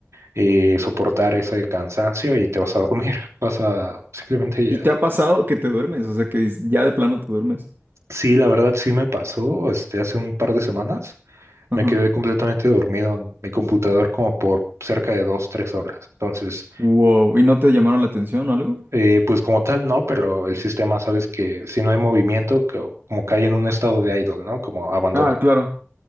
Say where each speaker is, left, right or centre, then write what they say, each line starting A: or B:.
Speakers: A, on the right (about 80°); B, on the right (about 50°).
A: eh, soportar ese cansancio y te vas a dormir, <laughs> vas a simplemente ya.
B: ¿Y te ha pasado que te duermes? O sea, que dis- ya de plano te duermes.
A: Sí, la verdad sí me pasó, este, hace un par de semanas
B: Ajá.
A: me quedé completamente dormido en mi computador como por cerca de dos, tres horas. Entonces,
B: Wow. ¿Y no te llamaron la atención o algo?
A: eh, pues como tal no, pero el sistema, sabes que si no hay movimiento, co- como cae en un estado de idle, ¿no? Como abandono.
B: Ah, claro.